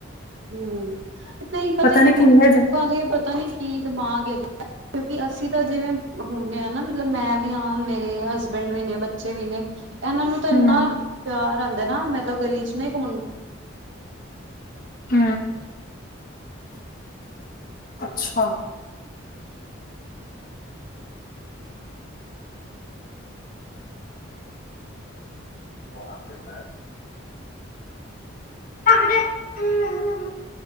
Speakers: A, on the right; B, on the left.
A: ਹੁ ਪਤਾ ਲੋਕਾਂ
B: ਨੀ ਕਿੰਨੇ ਦਿਨ
A: ਦੇ ਪਤਾ ਨੀ ਕੀ ਦਿਮਾਗ ਹੈ। ਕਿਉਂਕਿ ਅਸੀਂ ਤਾਂ ਜਿਵੇਂ ਹੁੰਦੇ ਹਾਂ ਨਾ ਮਤਲਬ ਮੈਂ ਵੀ ਹਾਂ ਮੇਰੇ ਹਸਬੈਂਡ ਵੀ ਨੇ ਬੱਚੇ ਵੀ ਨੇ। ਇਹਨਾਂ ਨੂੰ ਤਾਂ
B: ਹੂੰ,
A: ਇੰਨਾ ਪਿਆਰ ਆਂਦਾ ਨਾ ਮਤਲਬ ਗਲੀ ਚ ਨਾ ਕ ਮੁੰਡ
B: ਹੁ। ਅੱਛਾ। ਉਹ ਆਪ ਹਮ